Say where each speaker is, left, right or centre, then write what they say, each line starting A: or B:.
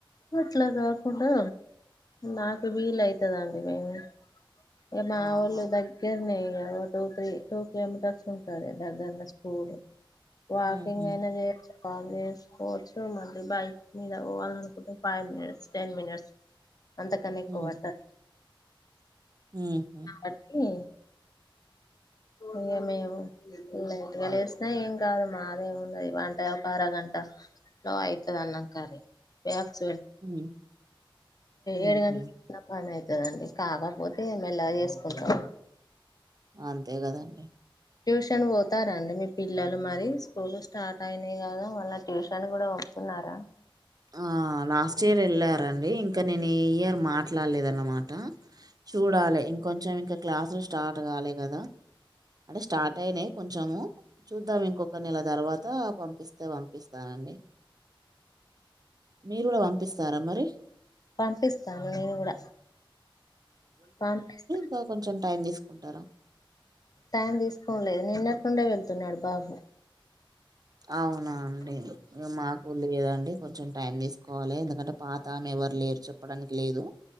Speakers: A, on the left (about 45°); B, on the right (about 45°).
A: అట్లా కాకుండా నాకు విలైతాదండి మేము ఇగ మావోలు
B: ఆహా
A: దగ్గ దగ్గరనే టు త్రి టూ కిలోమీటర్స్ ఉంటది దగ్గరనే స్కూలు వాకింగ్
B: ఉహు
A: అయినా చేయచ్చు వాక్కు చేస్కొచ్చు మళ్ళీ బైక్ మీద పోవాలీ అనుకుంటే ఫైవ్ మినిట్స్ టెన్ మినిట్స్ అంతకన్నా ఎక్కువవట్టది
B: ఉ ఉహు
A: అట్నే ఇగ మేము లేట్గా లేస్తే ఏం కాదు మాదేముంది వంట ఒక అరగంట లో అయితది అన్నంకర్రి చేయచ్చు
B: ఉ ఉహు
A: ఏడు గంటలకు పని అవుతుందండి కాకపోతే మెల్ళగా చేసుకుంటాం
B: అంతే కదండీ
A: ట్యూషన్ పోతారండి మీ పిల్లలు మరి స్కూల్ స్టార్ట్ అయినాయి కదా మళ్ళ ట్యూషన్ కూడా ఉన్నారా
B: ఆ లాస్ట్ ఇయర్ వెళ్ళారండి ఇంకా నేను ఈ ఇయర్ మాట్లాడలేదు అన్నమాట చూడాలే ఇంకొంచెం ఇంకా క్లాసులు స్టార్ట్ కాలే కదా అంటే స్టార్ట్ అయినాయి కొంచము చూద్దాం ఇంకొక నెల తర్వాత పంపిస్తే పంపిస్తానండి మీరు కూడా పంపిస్తారా మరి
A: పంపిస్తాను నేను కూడా పంపిస్తాను
B: ఇంక కొంచెం టైమ్ తీసుకుంటారా
A: టైం తీసుకోడంలేదు నిన్నటి నుండే వెళ్తున్నాడు బాబు
B: అవునా అండి మాకు లేదండి కొంచెం టైం తీసుకోవాలి ఎందుకంటే పాతమె ఎవరు లేరు చెప్పడానికి లేదు